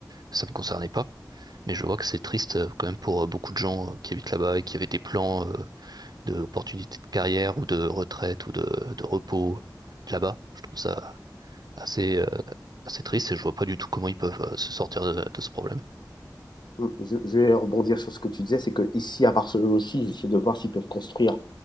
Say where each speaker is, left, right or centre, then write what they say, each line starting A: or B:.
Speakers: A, on the right (about 65°); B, on the left (about 80°).
A: ça me concernait pas, mais je vois que c'est triste euh, quand même pour euh, beaucoup de gens euh, qui habitent là-bas et qui avaient des plans euh, d'opportunités de carrière ou de retraite ou de, de repos là-bas. Je trouve ça assez, euh, assez triste et je vois pas du tout comment ils peuvent euh, se sortir de, de ce problème.
B: Je, je vais rebondir sur ce que tu disais, c'est que ici à Barcelone aussi, ils essaient de voir s'ils peuvent construire